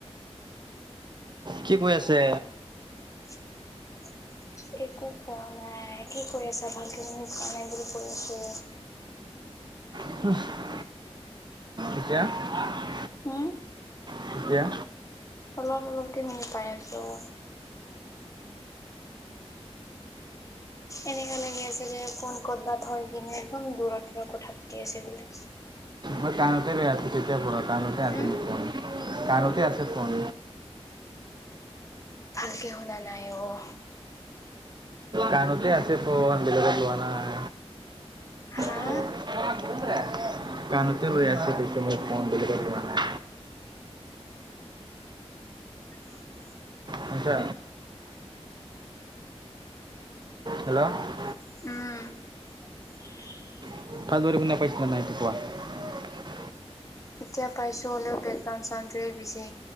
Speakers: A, on the right; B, on the left.
A: কি বৈ আছে?
B: <inaudible> একো কোৱা নাই। কি কৰি আছা, ভালকে শুনি পোৱা নাই বুলি কৈ আছোঁ।
A: <inaudible> এতিয়া <inaudible>
B: হম
A: তেতিয়া
B: অলপ অলপকে শুনি পাই আছোঁ! এনেকা লাগি আছে যে, কোন ক'তবাত হয় কিনে একদম দূৰত ক-কথা পাতি আছে বুলি।
A: মই কাণতে লৈ আছোঁ তেতিয়াৰ পৰা কাণতে আছে
B: হম
A: ফোন, কাণতে আছে ফোন।
B: ভালকে শুনা নাই অঁ।
A: কাণতে আছে ফোন, বেলেগত লোৱা নাই।
B: হা
A: <inaudible> কাণোতে লৈ আছোঁ ফোনটো মই <unintelligible>
B: <inaudible>
A: শুনিছা, হেল্লো' <unintelligible>
B: উম।
A: <unintelligible>
B: এতিয়া পাইছো হলেও বেকগ্ৰাউড চাউণ্ডটোৱে বেছি